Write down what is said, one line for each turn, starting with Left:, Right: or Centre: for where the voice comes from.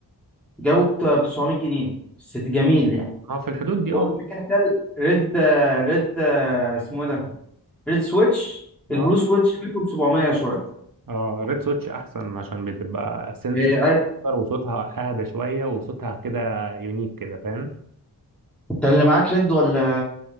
Centre: جابه ب 900 جنيه بس جميل يعني
Right: اه في الحدود دي
Centre: بورد
Right: اه
Centre: ميكانيكال ريد ريد اسمه إيه ده ريد سويتش
Right: اه
Centre: البلو سويتش منه ب 700 شويه
Right: اه ريد سويتش احسن عشان بتبقى سنس
Centre: إيه
Right: اكتر
Centre: ايوه
Right: وصوتها اهدى شويه وصوتها كده يونيك كده فاهم
Centre: انت اللي معاك ريد ولا